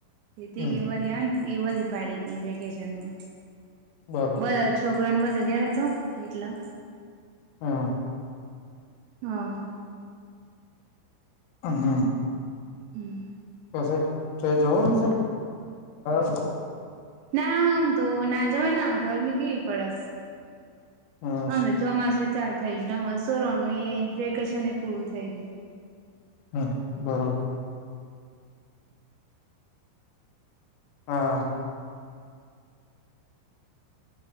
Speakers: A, on the right; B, on the left.
A: એ થી
B: હમ
A: હિમાર્યન એ બધી પાડી તી વેકેશનમાં.
B: બરોબર
A: બધા છોકરો ને બધા યાર તો એટલા.
B: હા.
A: હા.
B: હ હા.
A: હમ્મ.
B: તો છે. તો જવા નો શે <inaudible>
A: ના આમ તો ના જ હોય ના ઘરમી કેવી પડસ.
B: હમ
A: અને ચોમાશું ઈ ચાલ થઈ જ ન મશોરો નું એ વેકેશન એ પૂરું થઈ ગયું.
B: હમ્મ, બરોબર. હા. <inaudible>